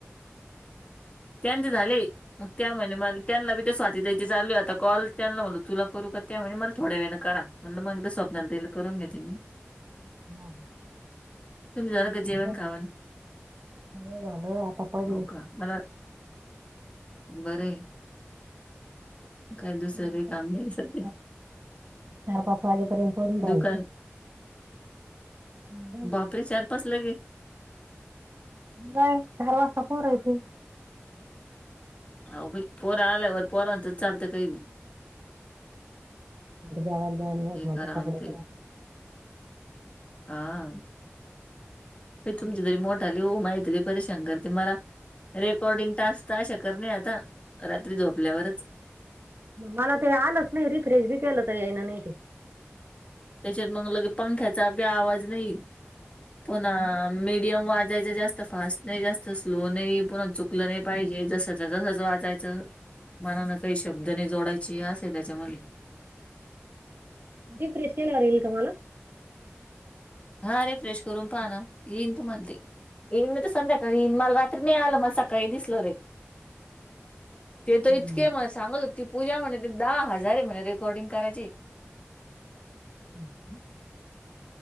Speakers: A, on the left; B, on the right.
A: त्यांंचे झाले. मग त्या म्हणे म त्यांना बी ते स्वाती ताईची चालू आहे आता कॉल त्यांना म्हला तुला करू का त्या म्हणे मला थोड्या वेळा करा. म्हणलं माग स्वप्नाली ताईला करून घेते मी
B: हा ह
A: तुमचं झालं
B: हम्
A: का जेवण खावण
B: ना झालं आता पडले
A: हो मला बर आहे. काय दुसरं काही
B: आता
A: काम
B: च
A: नाही सध्या
B: चार पाच वाजेपर्यंत करून राहायचं.
A: दुकान
B: बस.
A: बापरे चार पाच लगे
B: काय चार वाजता पोर येतील.
A: हाव बाई फोन आल्यावर पोरांचं चालतय काय बी
B: जावा द्याणी हस
A: हे
B: म
A: करा
B: तर कपडे
A: अन ते
B: पय
A: <inaudible> हा प तुमची तरी मोठाली आहे वो माझी तर बर शंकरते मला रेकॉर्डिंग टास्क तर अशा कर नाही आता रात्री झोपल्यावरच
B: मला ते आलंच नाही रिफ्रेश बी केलं तर येईना नाही
A: त्याच्यात मग लगे पंख्याचा बी आवाज नाही पुन्हा
B: नाही
A: मीडियम वाजायचा जास्त फास्ट नाही जास्त स्लो नाही पुन्हा चुकलं नाही पाहिजे जसच तसच वाचायचं. मनाने काही शब्द नाही जोडायची असे आहे त्याच्यामध्ये
B: रीफ्रेश केल्यावर येईल का मग
A: हा रीफ्रेश करून पहा ना येईल तूम्हाला ते येईन मी तर संध्याकाईन मला रात्री नाही आलं मला सकाळी दिसलं ते ते तर इतके
B: जाऊ
A: म सांगत होती पूजा म्हणे ते दहा हजार आहे म्हणे रेकॉर्डिंग करायची.
B: <inaudible>